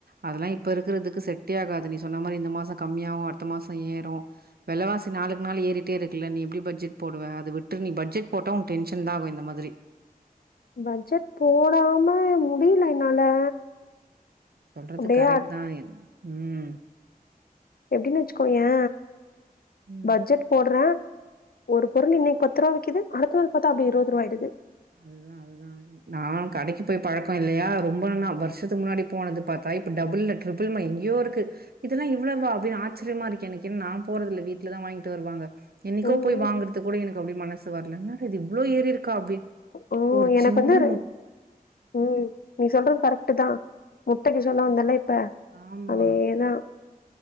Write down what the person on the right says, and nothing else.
அதெல்லாம் இப்ப இருக்கிறதுக்கு செட்டே ஆகாது நீ சொன்ன மாரி இந்த மாசம் கம்மியாகும் அடுத்த மாச இப்ப ஏறும் வெலவாசி நாளுக்கு நாள் ஏறிட்டே இருக்குல நீ எப்டி பட்ஜெட் போடுவ அத விட்ரு நீ பட்ஜெட் போட்ட உன் டென்ஷன் தா ஆகும் இந்த மாத்ரி
சொல்றது
கரெக்ட்
தா என் உம்
ம்.
அதுதா அதுதா நா கடைக்கு போய் பழக்கொ இல்லையா ரொம்ப நா வருஷத்துக்கு முன்னாடி போனது பாத்தா இப்ப டபுள் இல்ல ட்ரிபிள்மா எங்கேயோ இருக்கு இதெல்லா இவ்வளவா அப்டினு ஆச்சரியமா இருக்கே எனக்கு என்னா நா போறதில்ல வீட்டுலதா வாங்கிட்டு வருவாங்க என்னைக்கோ
போய்
வாங்குறக்கு கூட எனக் அப்டி மனசு வரலங்க இது இவ்ளோ ஏறி இருக்கா அப்டி
ஒரு
சின்ன
முட்
ஆமா